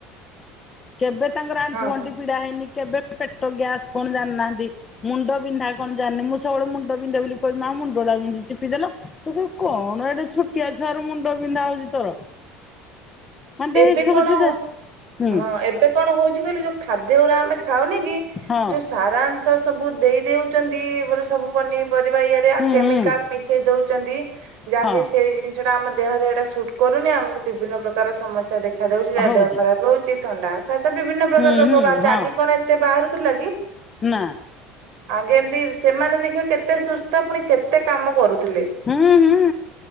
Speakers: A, on the left (about 15°); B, on the right (about 60°).
A: । କେବେ ତାଙ୍କର ଆଣ୍ଠୁ,
B: ହଁ
A: ଗଣ୍ଠି ପୀଡା ହେଇନି । କେବେ ପେଟ ଗ୍ୟାସ କଣ ଜାଣିନାହାନ୍ତି, ମୁଣ୍ଡ ବିନ୍ଧା କଣ ଜାଣିନି, ମୁଁ ସବୁବେଳେ ମୁଣ୍ଡ ବିନ୍ଧେ ବୋଲି କହିବି ମା ମୁଣ୍ଡ ଟା ବିନ୍ଧୁଚି ଚିପିଦେଲ, ସେ କହିବେ କଣ ଏଟା ଛୋଟିଆ ଛୁଆର ମୁଣ୍ଡ ବିନ୍ଧା ହଉଛି, ତୋର ମାନେ <unintelligible>
B: ଏବେ କଣ
A: ହୁଁ
B: ହଁ ଏବେ କଣ ହଉଛି, କହିଲ ଯୋଉ ଖାଦ୍ୟ ଉରା ଆମେ ଖାଉନି, କି
A: ହଁ
B: ଯୋଉ ସାରାଂଶ ସବୁ ଦେଇ ଦେଉ ଛନ୍ତି, ବୋଲେ ସବୁ ପନିପରିବା ଇଏରେ,
A: ହୁଁ
B: କେମିକାଲ
A: ହୁଁ
B: ମିଶେଇ ଦଉଛନ୍ତି, ଯାହାକି
A: ହଁ
B: ସେଇ ଜିନିଷଟା ଆମ ଦେହରେ ଏଇଟା ସୁଟ କରୁନି, ଆମକୁ ବିଭିନ୍ନ ପ୍ରକାର ସମସ୍ୟା ଦେଖ ଦେଖା ଦଉଛି, ତା
A: ହଉଚି।
B: ଦେହ ଖରାପ ହଉଛି । ଥଣ୍ଡା ଖସ ବିଭିନ୍ନ ପ୍ରକାର
A: ହୁଁ
B: ରୋଗ
A: ହୁଁ
B: ବାହାରୁଛି
A: ହଁ
B: ଆଗି କଣ ଏତେ ବାହାରୁ ଲାଗି
A: ନା
B: ଆଗେ ଏମିତି ସେମାନେ ଦେଖିବେ କେତେ ସୁସ୍ଥ ପୁଣି କେତେ କାମ କରୁ। ଥିଲେ।
A: ହୁଁ ହୁଁ